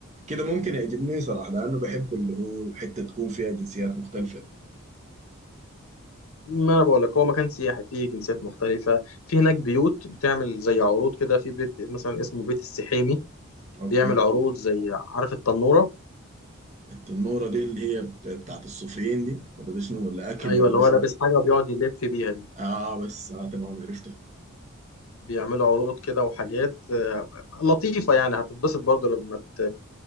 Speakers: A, on the right (about 30°); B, on the left (about 75°).
A: كده ممكن يعجبني صراحة لأنه بحب اللي هو حتة تكون فيها جنسيات مختلفة
B: ما انا بقول لك هو مكان سياحي فيه جنسيات مختلفه في هناك بيوت بتعمل زي عروض كده في بيت مثلا اسمه بيت السحيمي
A: اوكي
B: بيعمل عروض زي عارف التنوره
A: التنورة دي اللي هي بت- بتاعت الصوفيين دي ولا ده شنو ولا أكل
B: ايوه
A: ولا
B: اللي
A: ده
B: هو
A: شنو
B: لابس حاجه وبيقعد يلف بيها دي
A: اه بس اه تمام عرفتها
B: بيعملوا عروض كده وحاجات آه، لطيفه يعني هتتبسط برضه لما ت...